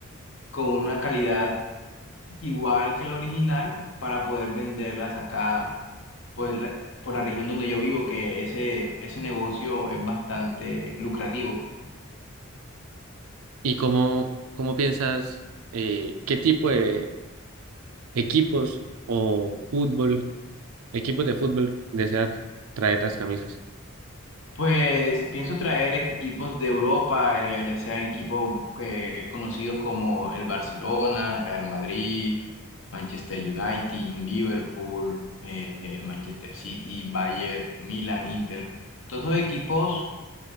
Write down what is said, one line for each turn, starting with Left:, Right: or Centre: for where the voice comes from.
Left: con una calidad igual que la original para poder venderlas acá pues la, por la región donde yo vivo, que ese, ese negocio es bastante lucrativo.
Right: y cómo, cómo piensas, eh, qué tipo de equipos o fútbol, equipos de fútbol desea traer las camisas.
Left: Pues pienso traer equipos de Europa, eh, ya sean equipos eh, conocidos como el Barcelona, Real Madrid, Manchester United, Liverpool, eh, eh, Manchester City, Bayern, Milan, Inter. Todos esos equipos